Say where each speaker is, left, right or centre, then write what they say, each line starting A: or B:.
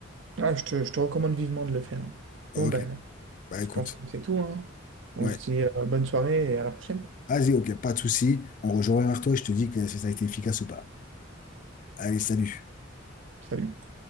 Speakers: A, on the right; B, on the left.
A: Ah, je te, je te recommande vivement de le faire. hein.
B: Ok,
A: Bon, ben,
B: bah
A: je
B: écoute,
A: pense que c'est tout, hein. On
B: ouais.
A: se dit euh, bonne soirée et à la prochaine.
B: Vas-y, ok, pas de souci. On rejoint vers toi et je te dis que si ça a été efficace ou pas. Allez, salut.
A: Salut.